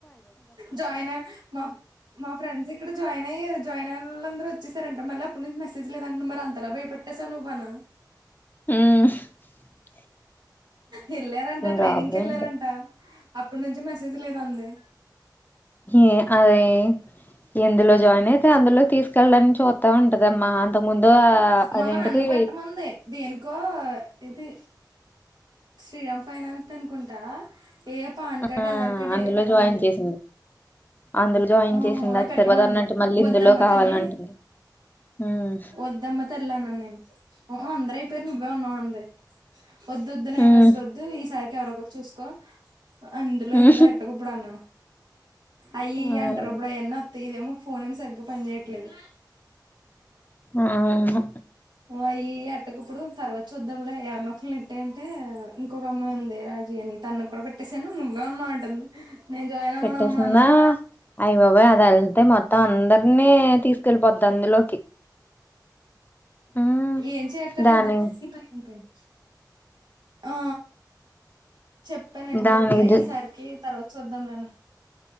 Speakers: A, on the right; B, on the left.
A: జాయిన్ మా మా ఫ్రెండ్స్ ఇక్కడ జాయిన్ అయ్యారు జాయిన్ అయినలందరూ వచ్చేసారంట మళ్ళ అడు నుంచి మెసేజ్ లేదంట మరి అంతలా భయపట్టేావువవు్వన్నాను
B: హూ
A: వెళ్ళారంట ట్రైనింగ్
B: జాబ్
A: కి వెళ్ళారంట
B: ఏంటో
A: అప్పటి నుంచి మెసేజ్ లేదండి
B: ఏ అదే ఎందులో జాయిన్ అయితే అందులో తీసుకెళ్ళడాని చూత్త ఉంటదమ్మా అంత ముందు ఆ
A: మొన్న
B: అదేంటిది
A: నన్ను పెట్టమంది దేనికో ఇది శ్రీరామ్ ఫైనాన్స్ అనుకుంటా ఏ పాన్ కార్డ్
B: ఆ
A: ఆధార్ కార్డు
B: అందులో
A: ఏ పెట్టమన్లే
B: జాయిన్ చేసింది అందులో జాయిన్
A: ఆ
B: చేసింది
A: అవి
B: అది
A: పెట్టమంది
B: సరిపోదు అన్నట్టు మళ్ళీ
A: వద్దమ్మా
B: ఇందులో కావాలంటుంది
A: తల్లి
B: ఉమ్
A: వద్దమ్మ తల్లి ఆ నేను అందరయిపోయిరు నువ్వే ఉన్నావు అంది వదద్దు నాకి
B: ఉమ్,
A: అస్లు వద్దు ఈ సారి కెవరికరు చూసుకో అందులో
B: ఉమ్,
A: ఇందులో ఎట్టక ఇప్పుడు అన్నాను అయ్యి
B: ఆ,
A: ఇయ్యి అంటరుప్పు అయన్న అత్త ఇదేమో ఫోన్ ఏమో సరిగ్గా పని చేయట్లేదు
B: అవును
A: ఓ అయి అట్టకుప్పుడు, తర్వాత చూద్దాంలే ఎవార్నొకల్నీ ఎట్టాయి అంటే. ఇంకొక అమ్మాయి ఉంది రాజీ అని, తనక్ కూడా పెట్టేసాను, నువ్వే ఉన్నావు అంటుంది. నేను జాయిన్ అవ్వనమ్మా
B: పెట్టేసిందా.
A: అన్నాను
B: అయ్ బాబోయ్ అది ఎళ్తే మొత్తం అందర్ అన్నీ తీస్కెళ్ళిపోద్ అందులోకి. ఉమ్
A: ఏం చెయక్కర్లేదు,
B: దాని
A: నీ పని అయిపోయింది. ఆ చెప్త నేన్
B: దానికి
A: వద్దే
B: జ-
A: ఈసారికి, తర్వాత్ చూద్దాం నానా.